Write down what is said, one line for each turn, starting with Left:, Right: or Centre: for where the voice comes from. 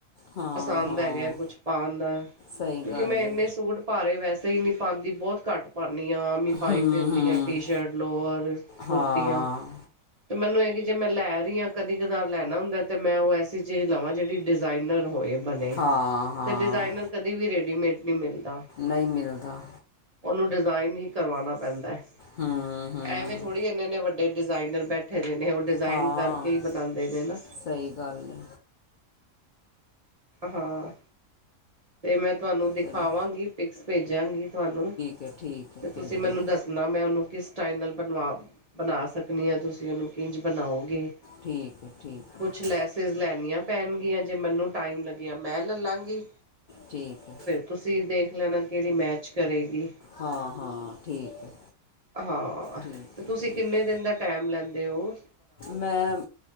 Left: ਹਾਂ
Right: ਪਸੰਦ
Left: ਹਾਂ
Right: ਹੈਗਾ ਕੁਛ ਪਾਣ ਦਾ
Left: ਸਹੀ
Right: ਕਿਉਂਕਿ
Left: ਗੱਲ
Right: ਮੈਂ ਇੰਨੇ
Left: ਹੈ
Right: ਸੂਟ ਪਾਾਰੇ ਵੈਸੇ ਈ ਨਹੀਂ ਪਾਂਦੀ ਬਹੁਤ ਘੱਟ ਪਾਂਨੀ ਆ ਮੀਂ ਪਾਈ
Left: ਹੂੰ
Right: ਫਿਰਦੀ
Left: ਹੂੰ
Right: ਹਾਂ ਟੀ ਸ਼ਰਟ ਲੋਰ,
Left: ਹਾਂ
Right: ਕੁੁਰਤੀਆਂ ਤੇ ਮੈਨੂੰ ਇਹ ਐ ਜੇ ਮੈਂ ਲੈ ਰਹੀ ਆ ਕਦੀ ਕਦਾਰ ਲੈਣਾ ਹੁੰਦਾ ਤੇ ਮੈਂ ਉਹ ਐਸੀ ਚੀਜ਼ ਲਵਾਂ ਜਿਹੜੀ ਡਿਜ਼ਾਇਨਰ ਹੋਏ। ਬਣੇ
Left: ਹਾਂ ਹਾਂ
Right: ਤੇ ਡਿਜ਼ਾਇਨਰ ਕਦੇ ਵੀ ਰੇਡੀਮੇਡ ਨਈ ਮਿਲਦਾ।
Left: ਨਹੀ ਮਿਲਦਾ
Right: ਉਹਨੂੰ ਡਿਜ਼ਾਇਨ ਹੀ ਕਰਵਾਉਣਾ ਪੈਂਦਾ ਹੈ
Left: ਹੂੰ ਹੂੰ
Right: ਐਵੇਂ ਥੋੜ੍ਹੀ ਇੰਨੇ ਇੰਨੇ ਵੱਡੇ ਜਿਹੜੇ ਡਿਜ਼ਾਇਨਰ ਬੈਠੇ ਦੇ ਨੇ ਉਹ ਡਿਜ਼ਾਇਨ
Left: ਹਾਂ
Right: ਕਰਕੇ ਹੀ ਬਣਾਦੇ ਨੇ ਨਾ
Left: ਸਹੀ ਗੱਲ ਹੈ
Right: ਹਾਂ ਤੇ ਮੈਂ ਤੁਹਾਨੂੰ ਦਿਖਾਵਾਂਗੀ
Left: ਚਲੋ
Right: ਪਿਕਸ ਪੇਜਾਂਗੀ ਤੁਹਾਨੂੰ
Left: ਕੇ ਠੀਕ ਹੈ
Right: ਤੇ
Left: ਭੇਜਣਾ
Right: ਤੁਸੀਂ ਮੈਨੂੰ ਦੱਸ ਨਾ ਮੈਂ ਉਹਨੂੰ ਕਿਸ ਸਟਾਈਲ ਨਾਲ ਬਣਵਾ ਬਣਾ ਸਕਣੀ ਹਾਂ ਤੁਸੀਂ ਉਹਨੂੰ ਕਿੰਝ ਬਣਾਓਗੇ?
Left: ਠੀਕ ਹੈ ਠੀਕ ਹੈ
Right: ਕੁਛ ਲੈਸਿਸ ਲੈਣੀਆਂ ਪੈਣਗੀਆਂ ਜੇ ਮੈਨੂੰ ਟਾਈਮ ਲੱਗਿਆ ਮੈਂ ਲੈੱਲਾਂਗੀ।
Left: ਠੀਕ ਹੈ
Right: ਤੁਸੀਂ ਦੇਖ ਲੈਣਾ ਕਿਹੜੀ ਮੈਚ ਕਰੇਗੀ।
Left: ਹਾਂ ਹਾਂ ਠੀਕ ਹੈ
Right: ਹਾਂ
Left: ਠੀਕ
Right: ਤੇ
Left: ਹੈ
Right: ਤੁਸੀਂ
Left: ਠੀਕ
Right: ਕਿੰਨੇ ਦਿਨ ਦਾ ਟੈਮ ਲੈਂਦੇ ਓ?
Left: ਮੈਂ